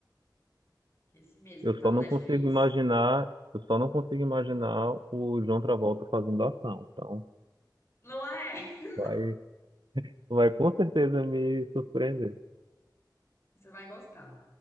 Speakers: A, on the left; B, on the right.
A: Esse mesmo,
B: Eu
A: tá
B: só
A: no
B: não
A: Netflix.
B: consigo imaginar, eu só não consigo imaginar o John Travolta fazendo ação. Então,
A: Não é? <laughs>
B: vai, vai com certeza me surpreender.
A: Você vai gostar.